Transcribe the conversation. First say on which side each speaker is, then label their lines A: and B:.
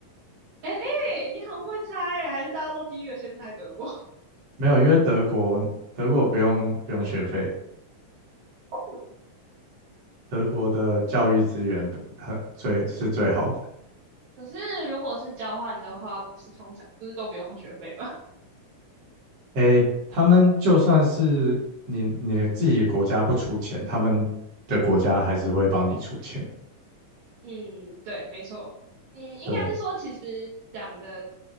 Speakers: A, on the right (about 65°); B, on the right (about 50°).
A: 哎，你很会猜欸还是大家都第一个先猜德国？
B: 没有，因为德国德国不用不用学费，
A: <laughs>
B: 德国的教育资源很最是最好的。
A: 可是如果是交换的话，不是通常不是都不用学费吗？
B: 诶，他们就算是你你自己国家不出钱，他们的国家还是会帮你出钱。
A: 嗯，对，没错。嗯，应该是说，
B: 对
A: 其实讲的